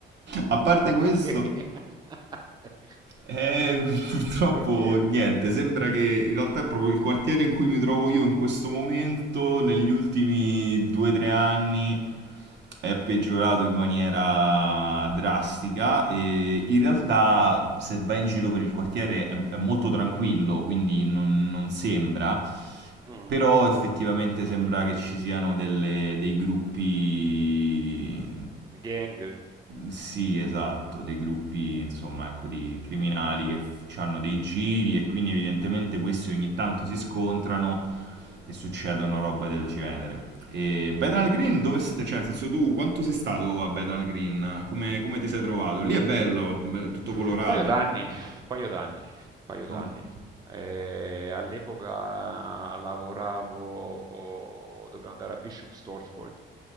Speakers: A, on the right (about 60°); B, on the right (about 20°).
A: A parte
B: Ok.
A: questo,
B: <laughs>
A: eh, purtroppo
B: Ok.
A: niente, sembra che in realtà è proprio il quartiere in cui mi trovo io in questo momento, negli ultimi 2-3 anni, è peggiorato in maniera drastica e in realtà se vai in giro per il quartiere è, è molto tranquillo, quindi non non sembra.
B: Mm,
A: Però effettivamente
B: mhm.
A: sembra che ci siano delle- dei gruppi...
B: Gang.
A: Sì, esatto, dei gruppi, insomma, ecco, di criminali
B: Mh.
A: che hanno dei giri e quindi evidentemente questi ogni tanto si scontrano e succedono robe
B: Mh-mh-mh.
A: del genere. E Bethnal Green, dove stai? Cioè, nel senso tu quanto sei stato a Bethnal Green? Come, come ti sei trovato? Lì è bello, è tutto
B: Un
A: colorato.
B: Paio d'anni, un paio d'anni, un paio d'anni.
A: Oh.
B: Eh, all'epoca lavoravo, oh, dovevo andare a Bishop Stortford,